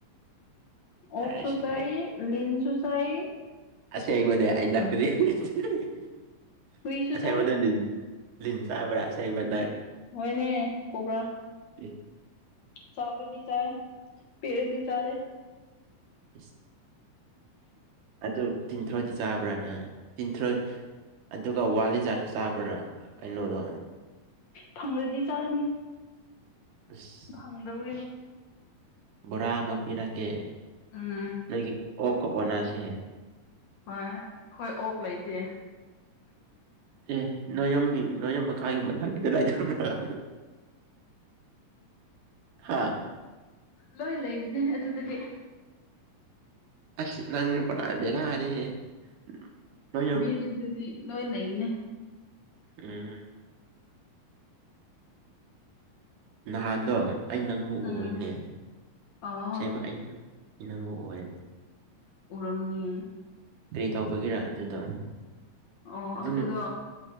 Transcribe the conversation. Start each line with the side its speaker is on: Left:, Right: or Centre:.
Left: ꯑꯣꯛꯁꯨ
Right: ꯍꯥꯏꯔꯁꯦ
Left: ꯆꯥꯏ ꯂꯤꯟꯁꯨ ꯆꯥꯏ
Right: ꯑꯁ‌ꯦꯡꯕꯅ‌ꯦ ꯑꯩꯅ <unintelligible>
Left: ꯍꯨꯏꯁꯨ ꯆꯥꯏ
Right: ꯂꯤꯟ ꯆꯕ꯭ꯔꯥ ꯑꯁ‌ꯦꯡꯕ ꯅꯪ
Left: ꯍꯅꯦ ꯀꯣꯕꯔꯥ
Right: ꯎ <unintelligible>
Left: ꯆꯥꯎꯔꯗꯤ ꯆꯥꯏ ꯄꯤꯑꯗꯤ ꯆꯥꯗ‌ꯦ
Right: ꯏꯁꯁ ꯑꯗꯨ ꯇꯤꯟꯊ꯭ꯔꯣꯗꯤ ꯆꯥꯕ꯭ꯔꯥ ꯅꯪ ꯇꯊ꯭ꯔꫭ ꯑꯗꯨꯒ ꯋꯥꯂꯤꯖꯥꯠꯗꯨ ꯆꯥꯕ꯭ꯔꯥ ꯀꯩꯅꯣꯗꯣ
Left: ꯐꯪꯔꯗꯤ ꯆꯥꯅꯤ
Right: ꯑꯁ
Left: ꯐꯪꯗꯕꯒꯤꯅꯤ
Right: ꯕꯣꯔꯥ ꯑꯃ ꯄꯤꯔꯛꯀꯦ
Left: ꯎꯝ
Right: ꯅꯣꯏꯒꯤ ꯑꯣꯀ ꯑꯣꯅꯥꯁꯦ
Left: ꯍꯣꯏ ꯑꯩꯈꯣꯏ ꯑꯣꯛ ꯂꯩꯇꯦ
Right: ꯑꯦ ꯅꯣꯏ ꯌꯨꯝꯒꯤ ꯅꯣꯏ ꯌꯨꯝ ꯃꯈꯥꯒꯤ ꯃꯊꯛꯀꯤꯗ ꯂꯩꯇꯚꯔꯥ ꯍꯥꯥ
Left: ꯂꯣꯏ ꯂꯩꯕꯅꯦ ꯑꯗꯨꯗꯗꯤ
Right: ꯑꯁ ꯅꯪꯖ‌ꯦ ꯄꯨꯔꯥ ꯕꯤꯔꯥꯅꯤ <unintelligible>
Left: ꯑꯗꯨ ꯑꯗꯨꯗꯤ <unintelligible> ꯂꯣꯏ ꯂꯩꯕꯅꯦ
Right: ꯎꯝ ꯅꯍꯥꯟꯗꯣ ꯑꯩ ꯅꯪꯕꯨ
Left: ꯎꯝ
Right: ꯎꯣꯏꯅꯦ
Left: ꯑꯣ
Right: ꯑꯁꯦꯡꯃ ꯑꯩꯅ ꯏꯅꯪꯕ ꯑꯣꯏ
Left: ꯎꯔꯝꯉ
Right: ꯀꯔꯤ ꯇꯧꯕꯒꯤꯔ ꯑꯗꯨꯗꯣ
Left: ꯑꯣ
Right: ꯑꯗꯨꯅ
Left: ꯑꯗꯨꯗꯣ